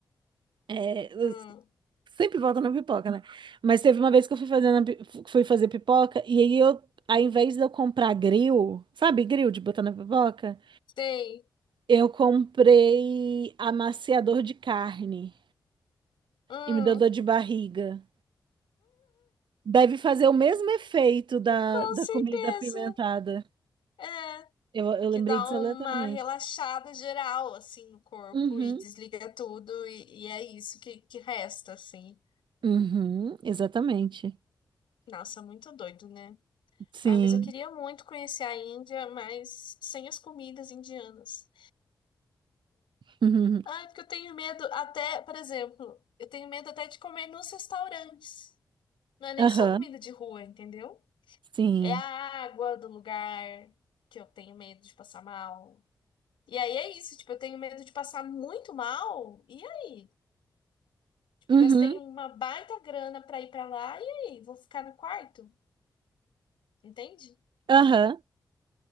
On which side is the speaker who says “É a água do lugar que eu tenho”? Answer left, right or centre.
Left